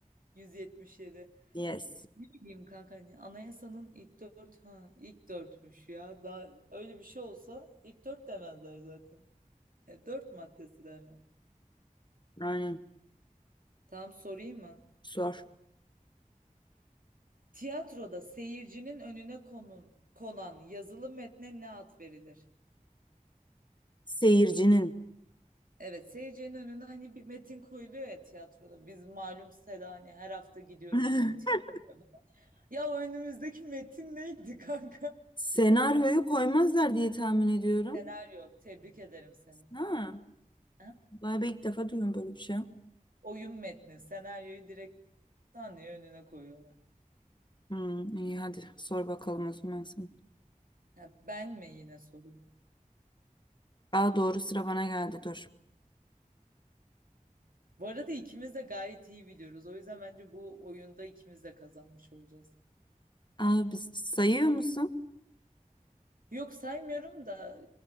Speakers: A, on the right; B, on the left.
A: 177.
B: Yes.
A: Ne bileyim kanka hani anayasanın ilk dört ha ilk dörtmüş ya. Daha öyle bir şey olsa ilk dört demezler zaten. E, dört maddesi derler.
B: Aynen.
A: Tamam sorayım mı?
B: Sor.
A: Tiyatroda seyircinin önüne konun, konan yazılı metne ne ad verilir?
B: Seyircinin.
A: Evet seyircinin önüne hani bir metin koyuluyor ya tiyatroda. Biz malum Seda hani her hafta gidiyoruz
B: <laughs>
A: böyle tiyatroya. Ya o önümüzdeki metin neydi kanka?
B: Senaryoyu koymazlar diye tahmin ediyorum.
A: Senaryo. Tebrik ederim seni.
B: Ha.
A: Ha?
B: Vay be ilk defa duyuyorum böyle bir şey.
A: Oyun metni. Senaryoyu direkt Tanrı'ya önüne koyuyorlar.
B: Hmm, iyi hadi sor bakalım o zaman sen.
A: Ha, ben mi yine sorayım?
B: Aa doğru sıra bana geldi dur.
A: Bu arada ikimiz de gayet iyi biliyoruz. O yüzden bence bu oyunda ikimiz de kazanmış olacağız.
B: Aa biz sayıyor musun?
A: Yok saymıyorum da